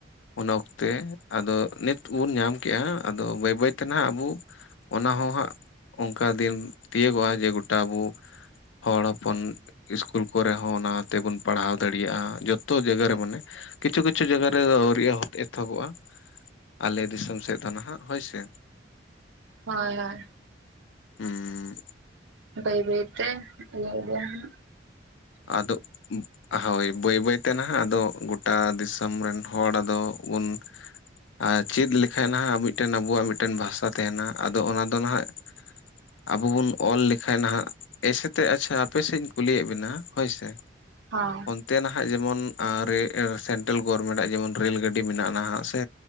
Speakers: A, on the left; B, on the right.
A: ᱩᱱ ᱚᱠᱛᱮ ᱟᱫᱚ ᱱᱤᱛ ᱵᱚᱱ ᱧᱟᱢ ᱠᱮᱜᱼᱟ ᱟᱫᱚ ᱵᱟᱹᱭ ᱵᱟᱹᱭ ᱛᱮ ᱦᱟᱜ ᱟᱵᱚ ᱚᱱᱟ ᱦᱚᱸ ᱦᱟᱸᱜ ᱚᱱᱠᱟ ᱫᱤᱱ ᱛᱤᱭᱳᱜᱚᱜᱼᱟ ᱡᱮ ᱜᱚᱴᱟ ᱵᱚ ᱦᱚᱲ ᱦᱚᱯᱚᱱ ᱤᱥᱠᱩᱞ ᱠᱚᱨᱮ ᱦᱚᱸ ᱚᱱᱟ ᱛᱮᱵᱚᱱ ᱯᱟᱲᱦᱟᱣ ᱫᱟᱲᱮᱭᱟᱜᱼᱟ ᱾ ᱡᱚᱛᱚ ᱡᱟᱭᱜᱟ ᱨᱮ ᱢᱟᱱᱮ ᱠᱤᱪᱷᱩ ᱠᱤᱪᱷᱩ ᱡᱟᱭᱜᱟ ᱨᱮ ᱟᱹᱣᱨᱤ ᱮᱛᱚᱦᱚᱵᱚᱜᱼᱟ <unintelligible> ᱟᱞᱮ ᱫᱤᱥᱚᱢ ᱥᱮᱫ ᱫᱚ ᱱᱟᱦᱟᱜ ᱦᱳᱭ ᱥᱮ᱾
B: ᱦᱳᱭ ᱦᱳᱭ᱾
A: <unintelligible> ᱦᱮᱸ᱾
B: ᱵᱟᱹᱭ ᱵᱟᱹᱭᱛᱮ <unintelligible> ᱤᱭᱟᱹ ᱤᱫᱤ ᱦᱟᱸᱜ
A: ᱟᱫᱚ <unintelligible> ᱦᱳᱭ ᱵᱟᱹᱭ ᱵᱟᱹᱭᱛᱮ ᱱᱟᱦᱟᱜ ᱟᱫᱚ ᱜᱳᱴᱟ ᱫᱤᱥᱚᱢ ᱨᱮᱱ ᱦᱚᱲ ᱟᱫᱚ ᱩᱱ ᱟᱨ ᱪᱮᱫ ᱞᱮᱠᱷᱟᱱ ᱦᱟᱸᱜ ᱢᱤᱫᱴᱮᱱ ᱟᱵᱚᱣᱟᱜ ᱢᱤᱫᱴᱮᱱ ᱵᱷᱟᱥᱟ ᱛᱟᱦᱮᱱᱟ ᱟᱫᱚ ᱚᱱᱟ ᱫᱚ ᱱᱟᱦᱟᱸᱜ ᱟᱵᱚ ᱵᱚᱱ ᱚᱞ ᱞᱮᱠᱷᱟᱱ ᱱᱟᱦᱟᱜ ᱮᱭᱥᱮ ᱛᱮ ᱟᱪᱪᱷᱟ ᱟᱯᱮ ᱥᱮᱫ ᱤᱧ ᱠᱩᱞᱤᱭᱮᱫ ᱵᱤᱱᱟ ᱦᱳᱭᱥᱮ
B: ᱦᱩᱸ᱾
A: ᱛᱮ ᱱᱟᱦᱟᱜ ᱡᱮᱢᱚᱱ <unintelligible> ᱱᱟᱦᱟᱜ ᱡᱮᱢᱚᱱ ᱥᱮᱱᱴᱨᱟᱞ ᱜᱚᱵᱷᱚᱨᱢᱮᱱᱴ ᱟᱜ ᱡᱮᱢᱚᱱ ᱨᱮᱞ ᱜᱟᱹᱰᱤ ᱢᱮᱱᱟᱜᱼᱟ ᱱᱟᱦᱟᱜ ᱥᱮ